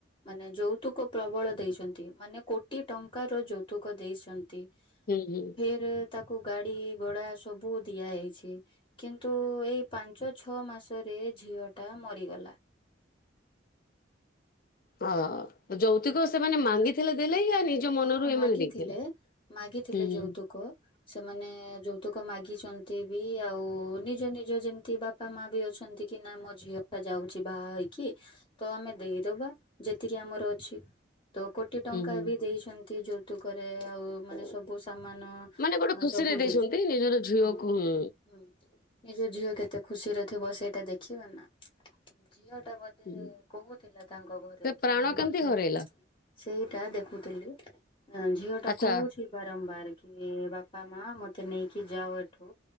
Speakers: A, on the left; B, on the left.
A: ମାନେ ଯୋଉ ତୁ କ ପ୍ରବଳ ଦେଇଛନ୍ତି ମାନେ କୋଟିଏ ଟଙ୍କାର ଯୌତୁକ ଦେଇଛନ୍ତି।
B: ହୁଁ ହୁଁ।
A: ଫିର୍ ତାକୁ ଗାଡି ଘୋଡ଼ା ସବୁ ଦିଆ ହୋଇଛି, କିନ୍ତୁ ତୁ ଏଇ ପାଞ୍ଚ ଛ ଛଅ ମାସରେ ଝିଅଟା ମରିଗଲା।
B: ହଁ ଅ ଯୌତୁକ ସେମାନେ ମାଗିଥିଲେ ଦେଲେ ୟା ନିଜ ମନରୁ
A: ହଁ
B: ଏମାନେ
A: ମାଗିଥିଲେ
B: ଦେଇଥିଲେ?
A: ମାଗିଥିଲେ
B: ହୁଁ ହୁଁ
A: ଯୌତୁକ ସେମାନେ ଯୌତୁକ ତୁକ ମାଗିଛନ୍ତି ବି ଆଉ ନିଜ ନିଜ ଯେମିତି ବାପା ମା ବି ଅଛନ୍ତି କି ନା ମୋ ଝିଅ ଟା ଯାଉଛି ବାହା ହେଇକି ତ ଆମେ ଦେଇଦବା ଯେତିକି ଆମର ଅଛି ତ କୋଟି ଟଙ୍କା
B: ହୁଁ ହୁଁ।
A: ବି ଦେଇଛନ୍ତି ଯୋଉ ତୁକରେ ଆଉ ମାନେ ସବୁ ସମାନ
B: ମାନେ ଗୋଟେ ଖୁସିରେ
A: ସବୁ ଦେଇଛନ୍ତି,
B: ନିଜର ଝିଅକୁ
A: ହଁ
B: ହୁଁ
A: ହଁ ନିଜ ଝିଅ କେତେ ଖୁସିରେ ଥିବ ସେଇଟା ଦେଖିବ ନା ଝିଅ ଟା ବୋଧେ
B: ହୁଁ।
A: କହୁଥିଲା ତାଙ୍କ ଘରେ
B: ସେ
A: କି
B: ପ୍ରାଣ କେମିତି
A: ମତେ ତ
B: ହରେଇଲା
A: ସେଇଟା ଦେଖୁଥିଲି ଝିଅ ଟା
B: ଆଚ୍ଛା।
A: କହୁଛି ବାରମ୍ବାର କି ବାପା ମା ମତେ ମତେ ନେଇକି ଯାଉ ଏଠୁ